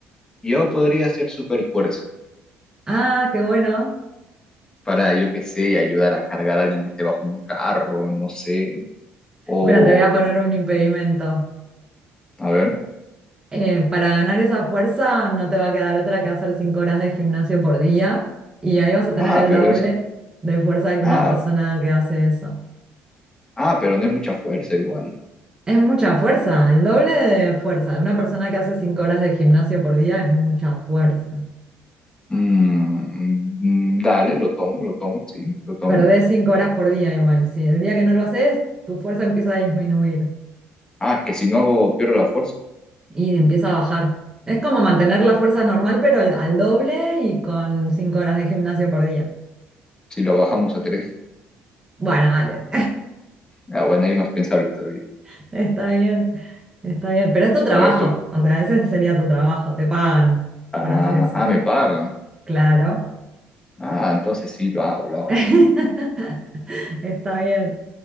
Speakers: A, on the left; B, on the right.
A: yo podría hacer super fuerza
B: Ah, qué bueno.
A: para, yo qué sé, ayudar a cargar a alguien que esté bajo un carro, no sé. O,
B: Bueno, te voy a poner un impedimento.
A: a ver.
B: Eh, para ganar esa fuerza no te va a quedar otra que hacer cinco horas de gimnasio por día y ahí vas a tener
A: Ah,
B: el
A: pero
B: doble
A: eso.
B: de fuerza que
A: Ah,
B: una persona que hace eso.
A: Ah, pero no es mucha fuerza igual.
B: Es mucha fuerza, el doble de fuerza. Una persona que hace cinco horas de gimnasio por día es mucha fuerza.
A: Mm, mm, dale, lo tomo, lo tomo, sí, lo tomo.
B: Perdés cinco horas por día igual. Si el día que no lo haces, tu fuerza empieza a disminuir.
A: Ah, que si no hago, pierdo la fuerza.
B: y empieza a bajar. Es como mantener la fuerza normal, pero al, al doble y con cinco horas de gimnasio por día.
A: Si lo bajamos a tres.
B: Bueno, dale,
A: Ah, bueno, ahí es más pensable todavía.
B: <laughs> está bien, está bien, pero es tu trabajo,
A: A ver tú.
B: o sea, ese sería tu trabajo, te pagan
A: Ah,
B: por hacer eso.
A: ah, me pagan.
B: Claro.
A: Ah, entonces sí, lo hago, lo hago.
B: <laughs> Está bien.